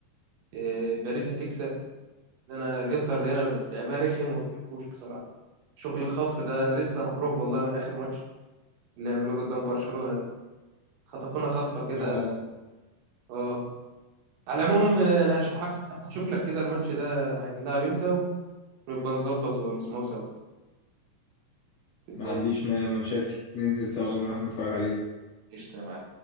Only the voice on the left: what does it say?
اه
ما
عنديش م- مشاكل ننزل سوا ونروح نتفرج عليه